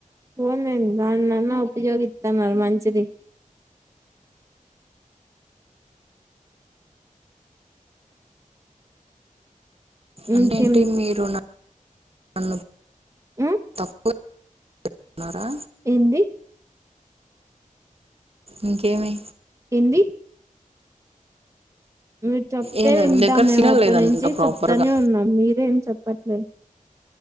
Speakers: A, on the right (about 20°); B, on the right (about 45°).
A: పోన్ లేండి దాన్నన్న ఉపయోగిత్తన్నారు మంచిది
B: అంటేంటి
A: ఇంకేం
B: మీరు నా అన్న
A: ఆ
B: తక్కువే న్నారా
A: ఏంది
B: ఇంకేమి
A: ఏంది మీరు చెప్తే
B: ఏం లేదు
A: వింటాం
B: మీ దగ్గర
A: మేము
B: సిగ్నల్
A: అప్పటి
B: లేదనుకుంటా
A: నుంచి
B: ప్రాపర్గా
A: చెప్తానే ఉన్నాం మీరే ఏం చెప్పట్లేదు